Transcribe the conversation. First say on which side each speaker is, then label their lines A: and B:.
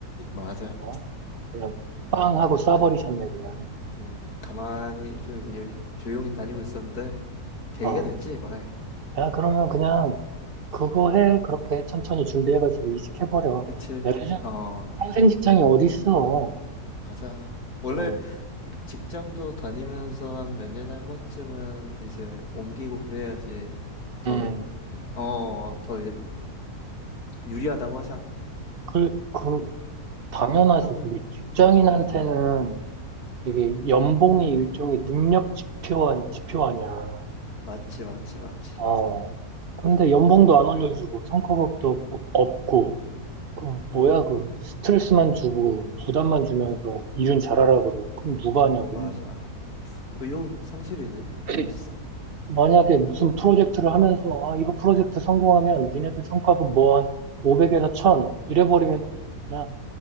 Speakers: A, on the left; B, on the right.
A: 맞아.
B: 어? 그냥 빵 하고 쏴버리셨네,
A: 가,
B: 그냥.
A: 음, 가만히 좀 이제 열- 조용히 다니고 있었는데 계기가
B: 어.
A: 됐지, 이번에.
B: 야, 그러면 그냥 그거 해. 그렇게 천천히 준비해가지고 이직해버려.
A: 그치?
B: 야, 요즘
A: 어,
B: 평생 직장이 어딨어.
A: 맞아. 원래
B: 음,
A: 직장도 다니면서 한 몇 년에 한 번쯤은 이제 옮기고 그래야지 더,
B: 음.
A: 어, 더 이제 유리하다고 하잖아.
B: 그, 그, 당연하지.
A: 한군,
B: 그게 직장인한테는
A: 음, 음, 음.
B: 이게 연봉이 일종의 능력 지표 한 지표 아니야.
A: 맞지, 맞지, 맞지.
B: 어. 근데 연봉도 안 올려주고, 성과급도 없고, 그 뭐야 그 스트레스만 주고 부담만 주면서 이윤 잘하라 그러고 그럼 누가 하냐고.
A: 맞아. 의욕 상실이지,
B: <clears throat>
A: 사실상.
B: 만약에 무슨 프로젝트를
A: 아,
B: 하면서 아 이거 프로젝트 성공하면 니네들 성과급 뭐 한 500에서 1000 이래버리면 그냥